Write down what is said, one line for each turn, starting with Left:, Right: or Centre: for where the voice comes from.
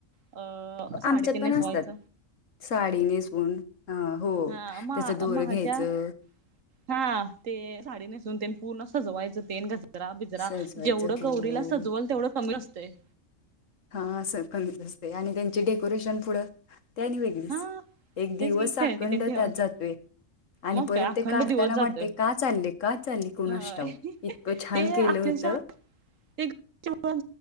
Right: अं.. साडीतेन
Left: आमच्यात पण
Right: नेसवायच.
Left: असतात साडी नेसवून अं, हो
Right: हा मा
Left: तेच दोर
Right: माझ्या
Left: घ्यायचं.
Right: हा ते साडी नेसून ते पूर्ण, सजवायचं तेन गज गजरा बिजरा
Left: सजवायचं
Right: जेवढं,
Left: हो
Right: गौरीला
Left: हो
Right: सजवल तेवढं कमी असतंय.
Left: हा असं कमीच असते, आणि त्यांचे डेकोरेशन पुढं. ते आणि वेगळीच,
Right: हा
Left: एक दिवस
Right: तेच की खेळणी
Left: अखंड
Right: तेन ठेवायचं
Left: त्यात जातोय. आणि
Right: मग
Left: परत
Right: काय अखंड
Left: ते काढताना
Right: दिवस जातोय
Left: वाटते का, चालले का चालले कोणास
Right: होय
Left: ठाव, इतकं छान
Right: ते
Left: केलं
Right: अक्षरशः
Left: होतं.
Right: <inaudible> ते जात